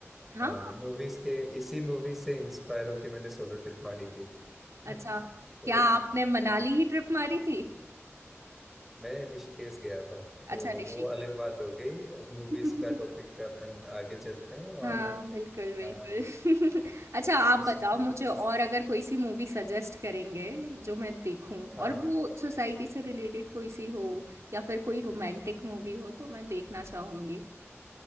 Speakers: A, on the right; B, in the centre.
A: हाँ,
B: और मूवीज के इसी मूवी से इंस्पायर होके मैंने सोलो ट्रिप मारी थी <laughs>
A: अच्छा,
B: तो
A: क्या आपने मनाली ही ट्रिप मारी थी?
B: मैं ऋषिकेश गया था तो
A: अच्छा, ऋषिकेश।
B: वो अलग बात हो गई अब मूवीज
A: <laughs>
B: का टॉपिक पे अपन आगे चलते हैं और
A: हाँ बिल्कुल बिल्कुल
B: आ,
A: <laughs> अच्छा आप
B: उस,
A: बताओ मुझे
B: उस
A: और अगर कोई सी मूवी सजेस्ट करेंगे जो मैं देखूं
B: हाँ
A: और वो सोसाइटी से रिलेटेड कोई सी हो या फिर कोई रोमांटिक मूवी हो तो मैं देखना चाहूंगी